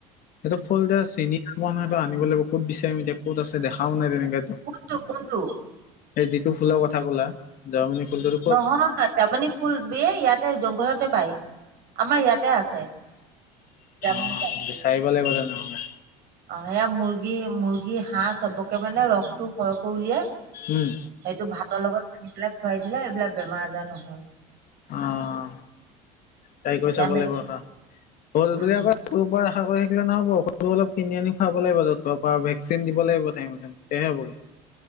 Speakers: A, on the left; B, on the right.
A: সেইটো ফুল এয়া চিনি নহয়েইটো আনিব লাগিব ক'ত বিচিম এতিয়া ক'ত আছে দেখাও নাই তেনেকে।
B: কোনটো কোনটো
A: <unintelligible> যিটো ফুলৰ কথা কলা। জয়মণি ফুলটোতো ক'ত
B: নহয় তাৰমানমানে ফুল ব ইয়াতে জংঘলতে পাই আমাৰ ইয়াতে আছে। জামনি
A: অ',
B: পাতটো
A: বিচাৰিব লাগিব তেনেহলে।
B: অ সেয়া মুৰ্গী মুৰ্গী হাঁহ চবকে মানে ৰসটো সৰহকৈ উলিয়াই
A: উম,
B: সেইটো ভাতৰ লগত আনি পেলাই খুৱাই দিলে এইবিলাক বেমাৰ আজাৰ নহয়।
A: অঁ তাই কৰি
B: না
A: চাব
B: মেডিচিন
A: লাগিব ৰখা। হল
B: উম
A: বুলি আকৌ তোৰ পৰা আশা কৰি নহ'ব। ঔষধ অলপ কিনি আনি খাব লাগিব। ডক্টৰৰ পৰা ভেকচিন দিব লাগিব টাইম মতে তেতিয়াহে হবগে। <inaudible>